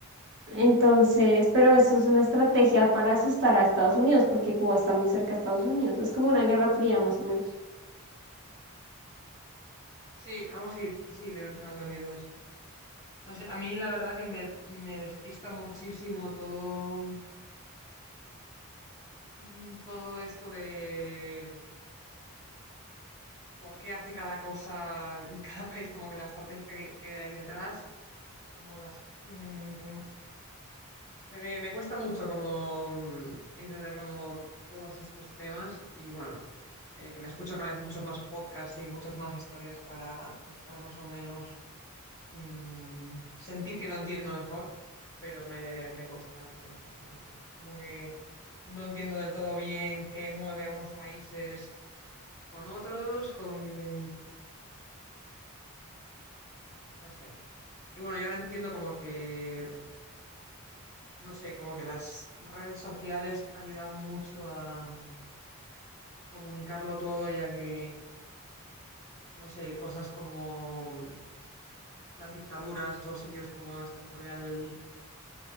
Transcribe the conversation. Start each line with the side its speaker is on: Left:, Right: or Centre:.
Right: Entonces,
Left: Ujú.
Right: pero eso es una estrategia para asustar a Estados Unidos, porque Cuba está muy cerca a Estados Unidos. Es como una guerra fría más o menos.
Left: Sí, algo así, sí, te- tengo entendido eso. No sé, a mí la verdad que me, me despista muchísimo todo, mm, todo esto de mm, por qué hace cada cosa en cada <laughs> país, como que la estrategia que, que hay detrás, como las... mm, me, me- me cuesta mucho como mm, entender como todos estos temas y bueno, eh, me escucho cada vez muchos más podcasts y muchas más historias para estar más o menos, mm, sentir que lo entiendo mejor. pero me, me cuesta, me, me despista mucho. Es como que no entiendo del todo bien qué mueve a unos países con otros, con... no sé. Y bueno, yo ahora entiendo como que, no sé, como que las redes sociales ayudan mucho a comunicarlo todo, ya que, no sé, cosas como las dictaduras o sitios como esto, Corea del...